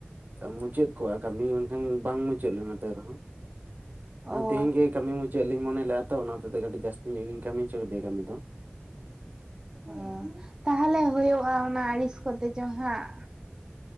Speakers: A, on the right; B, on the right.
A: ᱢᱩᱪᱟᱹᱫ ᱠᱚᱜᱣᱟ ᱠᱟᱹᱢᱤ ᱢᱮᱱᱠᱷᱟᱱ ᱵᱟᱝ ᱢᱩᱪᱟᱹᱫ ᱞᱮᱱᱟ ᱛᱟᱹᱣ ᱨᱮᱦᱚᱸ
B: ᱚ
A: ᱢᱟᱱᱮ ᱛᱮᱦᱤᱧ ᱜᱮ ᱠᱟᱹᱢᱤ ᱢᱩᱪᱟᱫ ᱞᱤᱧ ᱛᱮᱦᱤᱧ ᱜᱮ ᱠᱟᱹᱢᱤ ᱢᱩᱪᱟᱹᱫ ᱞᱤᱧ ᱢᱚᱱᱮ ᱞᱮᱫᱼᱟ ᱛᱚ ᱚᱱᱟ ᱦᱚᱛ ᱛᱮ ᱠᱟᱹᱴᱤᱡ ᱡᱟᱹᱥᱛᱤ ᱧᱚᱜ ᱜᱤᱧ ᱠᱟᱹᱢᱤ ᱦᱚᱪᱚ ᱠᱮᱫᱮᱭᱟ ᱠᱟᱹᱢᱤ ᱫᱚ
B: ᱚ ᱛᱟᱦᱚᱞᱮ ᱦᱩᱭᱩᱜᱼᱟ ᱚᱱᱟ ᱟᱹᱲᱤᱥ ᱠᱚᱛᱮ ᱡᱚᱦᱟᱸᱟᱸ